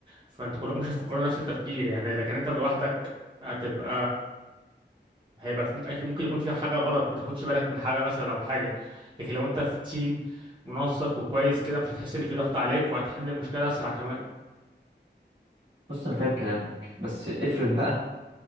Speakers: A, on the right; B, on the right.
A: فانتوا كلكم مش هتفكروا نفس التفكير يعني لكن انت لوحدك هتبقى هيبقى في ممكن أكيد ممكن يكون فيها حاجه غلط ما تاخدش بالك من حاجه مثلا او حاجه لكن لو انت في تيم منسق وكويس كده مش هتحس ان في ضغط عليك وهتحل المشكله اسرع كمان
B: بص انا فاهم كلامك بس افرض بقى